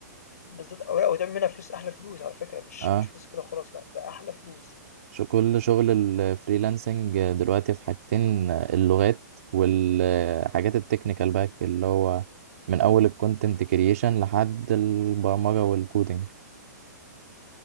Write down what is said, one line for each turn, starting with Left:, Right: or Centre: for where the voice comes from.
Left: بالظبط او لا وتعمل منها فلوس احلى فلوس على فكره مش
Right: اه
Left: مش فلوس كده خلاص لا ده احلى فلوس
Right: شو كل شغل الفريلانسنج دلوقتي في حاجتين آه، اللغات والحاجات التكنيكال باك اللي هو من أول الكونتنت كرييشن لحد البرمجة والكودينج